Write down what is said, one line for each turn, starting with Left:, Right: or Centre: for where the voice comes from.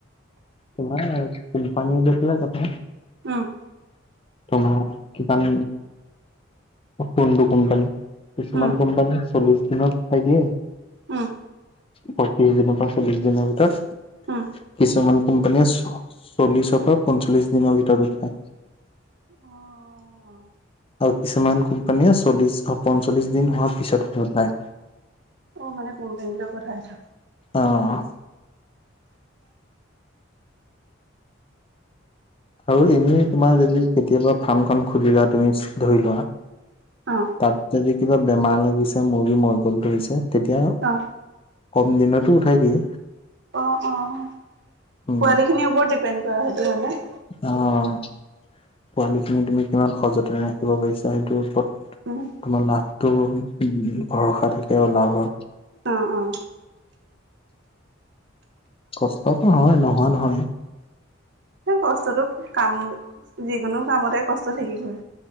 Left: তোমাৰ কোম্পানী লৈ পেলাই যাব।
Right: উম।
Left: তোমাৰ কিমান কোনটো কোম্পানী? কিছুমান
Right: উম
Left: কোম্পানী চল্লিশ দিনত উঠাই দিয়ে।
Right: উম
Left: পঁয়ত্ৰিশ দিনৰ পৰা চল্লিশ দিনৰ ভিতৰত,
Right: উম
Left: কিছুমান কোম্পানীয়ে চল্লিছৰ পৰা পঞ্চল্লিছ দিনৰ ভিতৰত উঠায়।
Right: অ
Left: আৰু কিছুমান কোম্পানীয়ে চল্লিশ পঞ্চল্লিছ দিন হোৱাৰ পিছত উঠায়।
Right: অ', মানে কোম্পানীলৈ পঠাইছো।
Left: অ'। আৰু এনে তোমাৰ যদি কেতিয়াবা ফাৰ্ম খন খুলিলা তুমি ধৰি লোৱা
Right: সেইটো
Left: তাত যদি কিবা বেমাৰ লাগিছে মুৰ্গী মৰিব ধৰিছে। তেতিয়া,
Right: অ
Left: কম দিনতো উঠাই দিয়ে।
Right: অ' অ',
Left: উম
Right: পোৱালি খিনিৰ ওপৰত ডিপেণ্ড কৰা সেইটো কাৰণে।
Left: অ', পোৱালি খিনি তুমি কিমান সযতনে ৰাখিব পাৰিছা, সেইটোৰ ওপৰত
Right: উম
Left: তোমাৰ লাভটোও ভৰসা থাকে আৰু লাভৰ।
Right: অ' অ'।
Left: কষ্ট হয়, নোহোৱা নহয়।
Right: কষ্টটো, কাম যিকোনো কামতে কষ্ট থাকিবই।